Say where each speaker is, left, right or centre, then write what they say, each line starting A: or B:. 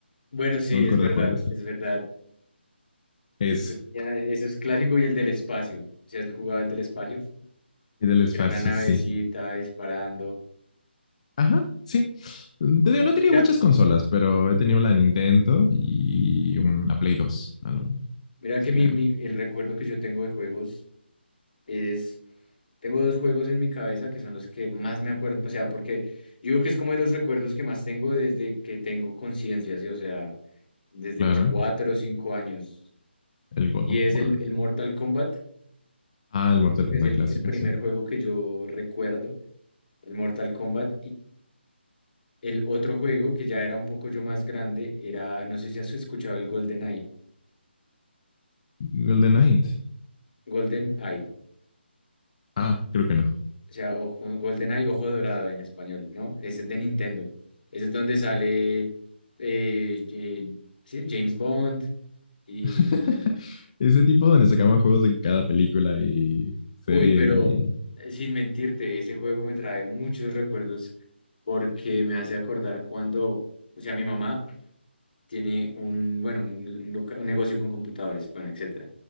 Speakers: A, on the left (about 50°); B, on the left (about 35°).
A: Bueno, sí,
B: No me acuerdo
A: es verdad,
B: de juego de eso.
A: es verdad.
B: Es,
A: Es- ya no- eso es clásico y el del espacio. Si has jugado el del espacio,
B: y del
A: el
B: espacio,
A: que era una navecita
B: sí.
A: disparando.
B: Ajá, sí. Te digo, no he tenido
A: Mira,
B: muchas consolas, pero he tenido la Nintendo y un- la Play dos. algo.
A: mira
B: Así
A: que
B: que,
A: mi, mi- el recuerdo que yo tengo de juegos es, tengo dos juegos en mi cabeza que son los que más me acuerdo, o sea, porque yo creo que es como de los recuerdos que más tengo desde que tengo conciencia, ¿sí? O sea, desde
B: claro,
A: mis cuatro o cinco años.
B: el God
A: Y
B: of
A: es
B: War.
A: el, el Mortal Kombat,
B: Ah, el Mortal
A: yo creo
B: Kombat
A: que es el,
B: clásico,
A: el primer
B: sí.
A: juego que yo recuerdo, el Mortal Kombat El otro juego que ya era un poco yo más grande era, no sé si has escuchado el Golden Eye,
B: Golden Knight.
A: Golden Eye,
B: Ah, creo que no.
A: o sea, ojo, Golden Eye, ojo dorado en español, ¿no? Ese es de Nintendo. Ese es donde sale eh, eh, sí, James Bond y...
B: <laughs> Ese tipo donde sacaban juegos de cada película y serie
A: Uy, pero
B: y...
A: eh, sin mentirte, ese juego me trae muchos recuerdos porque me hace acordar cuando, o sea, mi mamá tiene un, bueno, un, un loca- un negocio con computadores, bueno, etcétera.